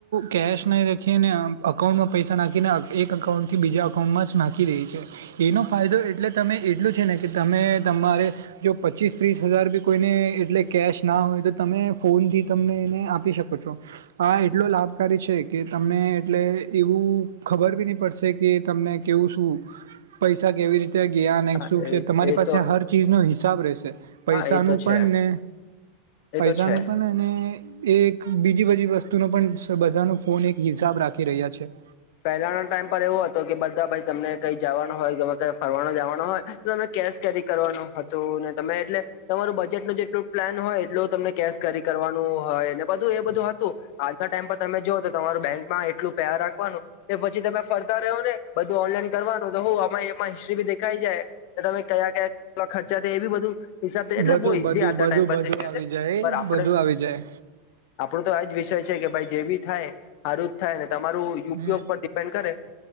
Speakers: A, on the right; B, on the left.
A: કેશ નહીં રાખીને અકાઉન્ટમાં પૈસા નાખીને એક અકાઉન્ટ થી બીજા અકાઉન્ટ નાખી એનો ફાયદો એટલે તમે એટલો છે ને કે તમે તમારે જો પછી પચીસ ત્રીસ હજાર બી કોઈને એટલે કેશ ના હોય તો તમે ફોનથી તમને એને આપી શકો છો આ એટલો લાભકારી છે કે તમને એટલે એવું ખબર બી નહી પડશે કે તને કેવું શું પૈસા કેવી રીતે જ્ઞાન એક
B: હા
A: સુખ
B: એ
A: છે તમારી
B: એ
A: પાસે
B: તો
A: હર ચીજ નો હિસાબ રહેશે પૈસાનું
B: હા એ તો છે
A: પણ ને
B: એ
A: પૈસા
B: તો છે
A: નું પણ એક બીજી બાજુ વસ્તુનો પણ બધાનો ફોન એક હિસાબ રાખી રહ્યા છે
B: પહેલાના ટાઈમ પર એવો હતો કે બધાઈ તમને કઈ જવાનો હોય ફરવાનો જવાનો હોય તો તમે કેશ કેરી કરવાનું હતું તમે એટલે તમારું બજેટ નું જેટલું પ્લાન હોય એટલું તમને કેશ કેરી કરવા હોય બધું એ બધું હતું આજના ટાઈમ પર તમે જો તો તમારું બેંકમાં એટલું <unintelligible> રાખવાનું પછી તમે ફરતા રહો ને બધું ઓનલાઈન કરવાનું તો આમાં એમાં હિસ્ટ્રી બી દેખાઈ જાય તમે ખર્ચા થયા એબી બધું હિસાબ
A: બધું
B: એટલે બહુ ઈઝી
A: બધું
B: આજના
A: બધું
B: ટાઈમ
A: બધું
B: પર થઈ ગયો
A: આવી
B: છે
A: જાય
B: પર આપણે
A: બધું આવી જાય
B: આપડો તો આજ વિષય છે કે ભાઈ જેવી થાય હારું જ થાય ને તમારું
A: હમ
B: ઉપયોગ પર ડિપેન્ડ કરે